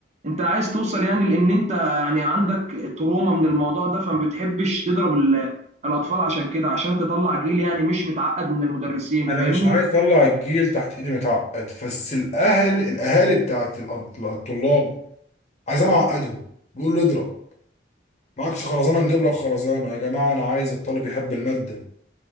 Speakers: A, on the right; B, on the left.
A: انت عايز توصل يعني لان انت يعني عندك تروما من الموضوع ده فما بتحبش تضرب ال- الاطفال عشان كده عشان تطلع جيل يعني مش متعقد من المدرسين
B: انا
A: فاهمني
B: مش عايز اطلع الجيل تحت ايدي متعقد بس الاهل الاهالي بتاعت الأط- الطلاب عايزين اعقدهم بيقول له اضرب معكش خرزانه نجيب لك خرزانه يا جماعه انا عايز الطالب يحب الماده